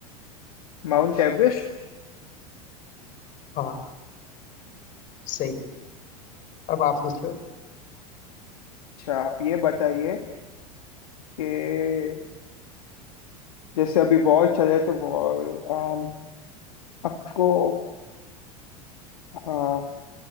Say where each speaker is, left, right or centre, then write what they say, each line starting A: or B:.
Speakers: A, on the left (about 70°); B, on the left (about 45°).
A: माउंट एवरेस्ट
B: हाँ सही है अब आप पूछ लो
A: अच्छा आप ये बताइए कि जैसे अभी वॉर चले तो वॉर अम, आपको आ,